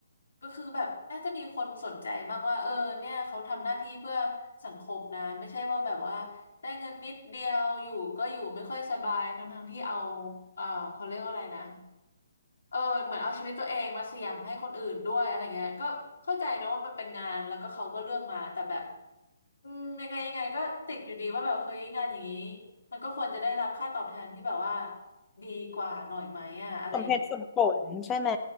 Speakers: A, on the left (about 80°); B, on the left (about 15°).
A: ก็คือแบบน่าจะมีคนสนใจมากว่าเออเนี่ยเขาทำหน้าที่เพื่อสังคมนะไม่ใช่ว่าแบบว่าได้เงินนิดเดียวอยู่ก็อยู่ไม่ค่อยสบายทั้งๆที่เอาเออเขาเรียกว่าอะไรนะเออเหมือนเอาชีวิตตัวเองมาเสี่ยงให้คนอื่นด้วยอะไรเงี้ยก็เข้าใจนะว่ามันเป็นงานแล้วก็เขาก็เลือกมาแต่แบบอืมยังไงยังไงก็ติดอยู่ดีว่าแบบเฮ้ยงานอย่างนี้มันก็ควรจะได้รับค่าตอบแทนที่แบบว่าดีกว่าหน่อยไหมอ่ะอะไร
B: สมเหตุสมผลใช่ไหม